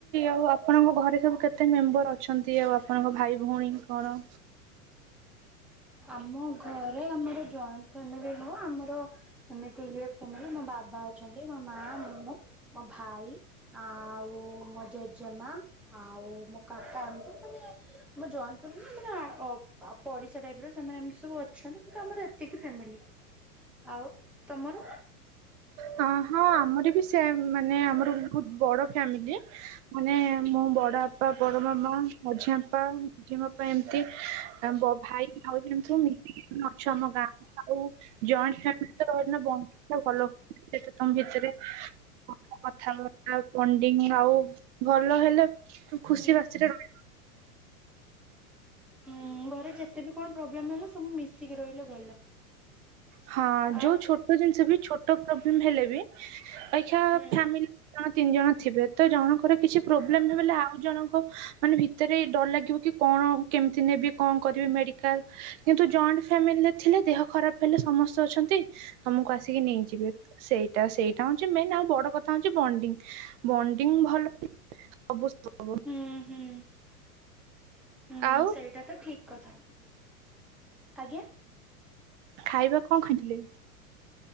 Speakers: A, on the right (about 50°); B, in the centre.
A: ଆଉ ଆପଣଙ୍କ ଘରେ ସବୁ କେତେ ମେମ୍ବର ଅଛନ୍ତି ଆଉ ଆପଣଙ୍କ ଭାଇ ଭଉଣୀ କଣ?
B: ଆମ ଘରେ ଆମର ଜଏଣ୍ଟ ଫ୍ୟାମିଲି ରହୁ ଆମର ସେମିତି ଇଏ ଫୁମି ମୋ ବାବା ଅଛନ୍ତି ମୋ ମା ମୁଁ ମୋ ଭାଇ ଆ ଆଉ ମୋ ଜେଜେମା ଆଉ ମୋ କାକା ଏମତି ମାନେ ମୋ ଜଏଣ୍ଟ ମାନେ ପଡିଶା ଟାଇପର ସେମାନେ ଏମିତି ସବୁ ଅଛନ୍ତି କିନ୍ତୁ ଆମର ଏତିକି ଫ୍ୟାମିଲି ଆଉ ତମର
A: ହଁ ହଁ ଆମର ବି ସେମ୍ ମାନେ ଆମର ବହୁତ ବଡ ଫ୍ୟାମିଲି। ମାନେ ମୁଁ ବଡ ବାପା ବଡ ମାମା ମଝି ଆପା ଝି ବାପା ଏମିତି ଭାଇ ଭାଉଜ ଏମିତି ସବୁ ମିସି କି ଅଛୁ ଆମ ଗାଁ ଆଉ ଜଏଣ୍ଟ ଫ୍ୟାମିଲି ତ ରହିଲେ ବଣ୍ଡିଂଟା ଭଲ ସେତ ତମ ଭିତରେ କଥାବାର୍ତ୍ତା ବଣ୍ଡିଙ୍ଗ ଆଉ ଭଲ ହେଲେ ତୁ ଖୁସି
B: ହୁଁ।
A: ବାସିରେ ରହି
B: ହୁଁ ଘରେ ଯେତେ ବି କଣ ପ୍ରୋବ୍ଲେମ ହେଲା ସବୁ ମିଶିକି ରହିଲେ ଭଲ।
A: ହଁ
B: ଆଉ
A: ଯୋଉ ଛୋଟ ଜିନିଷ ବି ଛୋଟ ପ୍ରୋବ୍ଲେମ ହେଲେ ଅହିକା
B: ହୁଁ
A: ଫ୍ୟାମିଲି ଦି ଜଣ ତିନି ଜଣ ଥିବେ ତ ଜଣଙ୍କର କିଛି ପ୍ରୋବ୍ଲେମ ହେଲେ ଆଉ ଜଣଙ୍କ ମାନେ ଭିତରେ ଡର ଲାଗିବ କି କଣ କେମିତି ନେବି କଣ କରିବି ମେଡିକାଲ କିନ୍ତୁ ଜଏଣ୍ଟ ଫ୍ୟାମିଲିରେ ଥିଲେ ଦେହ ଖରାପ ହେଲେ ସମସ୍ତେ ଅଛନ୍ତି। ତମକୁ ଆସିକି ନେଇଯିବେ ସେଇଟା ସେଇଟା ହଉଛି ମେନ୍ ଆଉ ବଡ କଥା ହଉଛି ବଣ୍ଡିଙ୍ଗ। ବଣ୍ଡିଙ୍ଗ ଭଲ ସବୁ
B: ହୁଁ ହୁଁ। ହୁଁ
A: ଆଉ
B: ସେଇଟା ତ ଠିକ କଥା ଆଜ୍ଞା।
A: ଖାଇବା କଣ ଖାଇଥିଲେ?